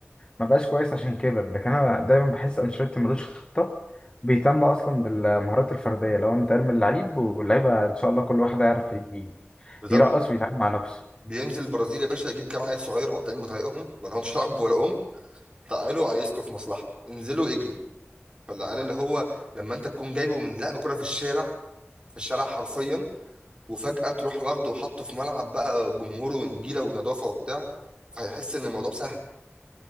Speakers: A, on the left; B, on the right.
A: ما بقاش كويس عشان كبر لكن انا دايما بحس انشيلوتي ملوش خطه بيهتم اصلا بالمهارات الفرديه لو انت ارمي اللعيب واللعيبه ان شاء الله كل واحد هيعرف ي-
B: بالظبط
A: يرقص ويتعامل مع نفسه
B: بينزل البرازيل يا باشا يجيب كام عيل صغير مقطعين بطريقهم ما لهمش لعب ولا ام تعالوا عايزكم في مصلحه انزلوا اجروا فالعيال اللي هو لما انت تكون جايبه من لعب كره في الشارع في الشارع حرفيا وفجاه تروح واخده وحطه في ملعب بقى جمهوره ونجيله ونظافه وبتاع فهيحس ان الموضوع سهل